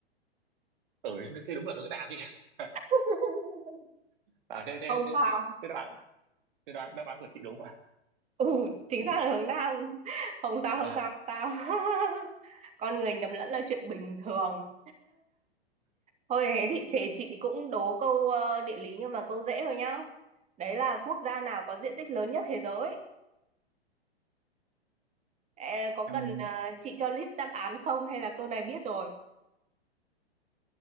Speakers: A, on the right (about 50°); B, on the right (about 20°).
A: ừ thế thế đúng là hướng Nam chứ <laughs>
B: <laughs>
A: à thế thế
B: Không
A: thế
B: sao.
A: thế đáp án thế đáp án đáp án của chị đúng à
B: Ừ, chính xác là hướng Nam. Không sao, không
A: vâng
B: sao, không sao. <laughs> Con người nhầm lẫn là chuyện bình thường. Thôi thế thì thế chị cũng đố câu ờ, địa lý nhưng mà câu dễ thôi nhá. Đấy là quốc gia nào có diện tích lớn nhất thế giới? Ê, có
A: em
B: cần ờ, chị cho list đáp án không hay là câu này biết rồi?